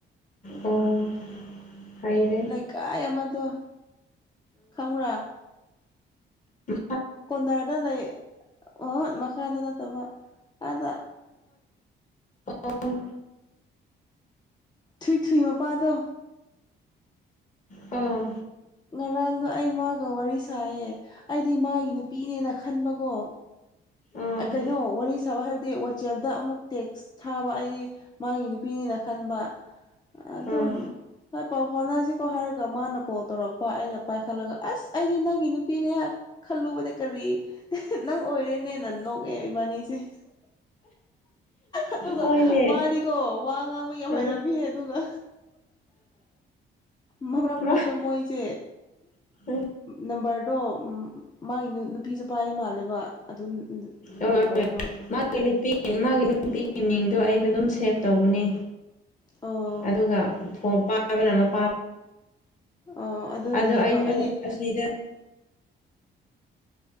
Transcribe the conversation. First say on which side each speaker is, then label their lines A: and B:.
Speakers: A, on the left; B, on the left.
A: ꯑꯣ ꯍꯥꯏꯔꯦ
B: ꯏꯀꯥꯏ ꯑꯃꯗꯣ ꯈꯪꯕ꯭ꯔꯥ
A: ꯎ
B: ꯀꯣꯅꯔꯗ ꯂꯩ ꯑꯣ ꯃꯈꯥꯗ ꯅꯠꯇꯕ ꯑꯥꯗ
A: ꯑꯣ
B: ꯊ꯭ꯔꯤ ꯊ꯭ꯔꯤ ꯃꯄꯥꯗꯣ
A: ꯑꯥ
B: ꯉꯔꯥꯡꯗꯣ ꯑꯩ ꯃꯥꯒ ꯋꯥꯔꯤ ꯁꯥꯏꯌꯦ ꯑꯩꯗꯤ ꯃꯥꯒꯤ ꯅꯨꯄꯤꯅꯦꯅ ꯈꯟꯕꯀꯣ
A: ꯑꯥ
B: ꯀꯩꯅꯣ ꯋꯥꯔꯤ ꯁꯥꯕ ꯍꯥꯏꯕꯗꯤ ꯋꯥꯆꯦꯞꯇ ꯑꯃꯨꯛ ꯇꯦꯛꯁ ꯁꯥꯕ ꯑꯩꯗꯤ ꯃꯥꯒꯤ ꯅꯨꯄꯤꯅꯤꯅ ꯈꯟꯕ ꯑꯗꯨꯝ
A: ꯑꯥ
B: ꯍꯣꯏ ꯄꯥꯎ ꯍꯥꯎꯠꯅꯁꯤꯀꯣ ꯍꯥꯏꯔꯒ ꯃꯥꯅ ꯀꯣꯜ ꯇꯧꯔꯛꯄ ꯑꯩꯅ ꯄꯥꯏꯈꯠꯂꯒ ꯑꯁ ꯑꯩꯗꯤ ꯅꯪꯒꯤ ꯅꯨꯄꯤꯅꯦ ꯈꯜꯂꯨꯕꯅꯦ ꯀꯔꯤ ꯅꯪ ꯑꯣꯏꯔꯅꯦ ꯅꯪ ꯅ ꯀꯩ ꯑꯣꯏꯕꯅꯤꯁꯤꯦ ꯑꯗꯨꯒ
A: ꯍꯣꯏꯅꯦ
B: ꯃꯥꯗꯤꯀꯣ ꯋꯥ ꯉꯥꯡꯕ ꯌꯥꯝ
A: ꯎꯝ
B: ꯍꯩꯔꯝꯃꯤ ꯑꯗꯨꯒ ꯃꯔꯛ ꯃꯔꯛꯇ
A: ꯃꯥ ꯑꯥ
B: ꯃꯣꯏꯁꯦ
A: ꯃꯥꯒꯤ
B: ꯅꯝꯕꯔꯗꯣ ꯃꯥꯒꯤ ꯅꯨꯄꯤꯁꯨ ꯄꯥꯏ ꯃꯥꯜꯂꯦꯕ ꯑꯗꯨ
A: ꯍ
B: ꯅꯝꯕꯔꯗꯣ
A: ꯍꯣꯏ ꯃꯥꯒꯤ ꯅꯨꯄꯤ ꯃꯥꯒꯤ ꯅꯨꯄꯤꯒꯤ ꯃꯤꯡꯗꯣ ꯑꯩꯅ ꯑꯗꯨꯝ ꯁꯦꯚ ꯇꯧꯕꯅꯤ
B: ꯑꯣ
A: ꯑꯗꯨꯒ ꯐꯣ ꯄꯥꯕꯅ ꯑꯃ ꯄ
B: ꯑꯣ ꯑꯗꯨꯒꯤꯅꯦꯕ
A: ꯑꯗꯣ ꯑꯩꯁꯨ
B: ꯑꯩꯗꯤ
A: ꯑꯁꯤꯗ